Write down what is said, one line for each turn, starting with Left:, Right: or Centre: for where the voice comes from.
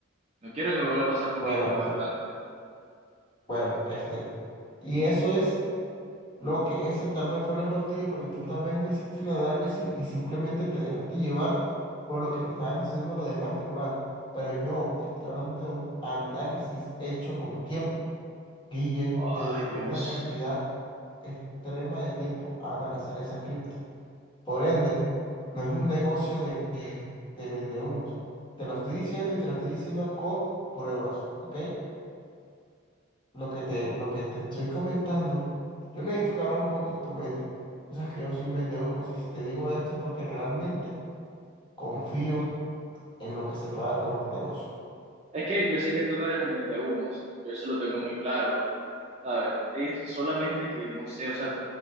Right: No quiero que me vuelva a pasar lo
Left: Bueno,
Right: mismo, la verdad.
Left: eh, bueno, este, y eso es lo que, eso tal vez fue el error tuyo, porque tú tal vez no hiciste un análisis y simplemente te dejaste llevar por lo que te estaban diciendo los demás, Nicolás. Pero yo te estoy hablando de un análisis hecho con tiempo. Guille le
Right: Ay,
Left: dedicó
Right: Dios.
Left: una cantidad extrema de tiempo a analizar esa cripto. Por ende, no es un negocio de, de, de vendehumos. Te lo estoy diciendo y te lo estoy diciendo con pruebas, ¿ok? Lo que te, lo que te estoy comentando, yo necesito que abras un poco tu mente. Tú sabes que yo soy un vendehumos y si te digo esto es porque realmente confío en lo que se puede dar con este negocio.
Right: Es que yo sé que tú no eres un vendehumos, yo eso lo tengo muy claro, ¿sabes? Es solamente que, no sé, o sea,